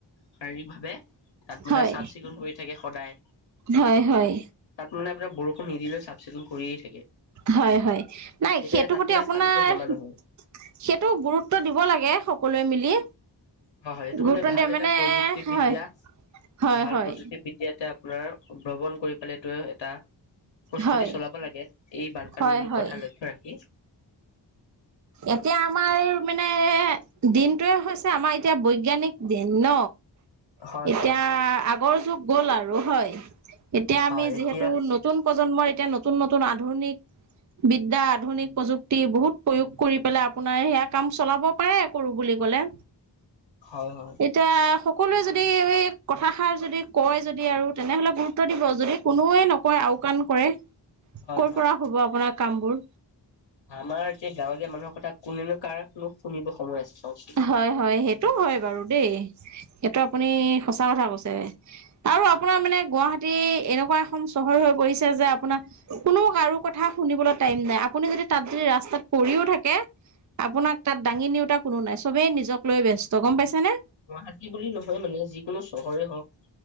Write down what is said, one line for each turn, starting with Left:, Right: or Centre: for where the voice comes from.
Left: শাৰীৰিক ভাৱে তাত মানে
Right: হয়
Left: চাফ চিকুণ কৰি থাকে সদায়
Right: হয় হয়
Left: তাত মানে আপোনাৰ বৰষুণ নিদিলেও চাফ চিকু কৰিয়ে থাকে
Right: হয় হয় নাই
Left: সেইকাৰণে
Right: সেইটোৰ
Left: তাত
Right: প্ৰতি
Left: মানে
Right: আপোনাৰ
Left: পানীটো জমা নহয়
Right: সেইটো গুৰুত্ব দিব লাগে সকলোৱে মিলি
Left: হয় হয় এইটো
Right: গুৰুত্ব
Left: মানে ভাল
Right: দিয়ে
Left: এটা প্ৰযুক্তিবিদ্যা
Right: হয় হয়
Left: ভাল
Right: হয়
Left: প্ৰযুক্তিবিদ্ ইয়াতে আপোনাৰ ভ্ৰমণ কৰি পালে তো এটা প্ৰস্তুতি
Right: হয়
Left: চলাব লাগে এই বানপানীৰ
Right: হয় হয়
Left: কথা লক্ষ্য ৰাখি
Right: এতিয়া আমাৰ মানে দিনটোৱে হৈছে আমাৰ এতিয়া বৈজ্ঞানিক দিন ন।
Left: হয়
Right: এতিয়া
Left: হয়
Right: আগৰ যুগ গল আৰু হয় এতিয়া
Left: হয়
Right: আমি যিহেতু
Left: এতিয়া
Right: নতু নতুন প্ৰজন্মৰ এতিয়া নতুন নতুন আধুনিক বিদ্যা আধুনিক প্ৰযুক্তি বহুত প্ৰয়োগ কৰি পেলাই আপোনাৰ সেয়া কাম চলাব পাৰে কৰো বুলি ক'লে।
Left: হয় হয়।
Right: এতিয়া সকলোৱে যদি এই কথাষাৰ যদি কয় যদি আৰু তেনেহ'লে গুৰুত গুত্ব দিব যদি কোনোৱে নকয় আওকাণ কৰে
Left: হয়
Right: ক
Left: হয়
Right: পৰা হব আপোনাৰ কাম বোৰ।
Left: আমাৰ এতিয়া গাঁৱলীয়া মানুহৰ কথা কোনেনো কাৰনো শুনিব সময় আছে। চাওকচোন।
Right: হয় হয় সেইটো হয় বাৰু দেই সেইটো আপুনি সঁচা কথা কৈছে। আৰু আপোনাৰ মানে গুৱাহাটী এনেকুৱা এখন চহৰ হৈ পৰিছে যে আপোনাৰ কোনো কাৰো কথা শুনিবলৈ টাইম নাই আপুনি যদি তাত যদি ৰাস্তাত পৰিও থাকে আপোনাক তাত দাঙি নিওতা কোনো নাই চবেই নিজক লৈ ব্যস্ত
Left: হয়
Right: গম পাইছেনে
Left: গুৱাহাটী বুলি নহয় মানে যিকোনো চহৰে হওক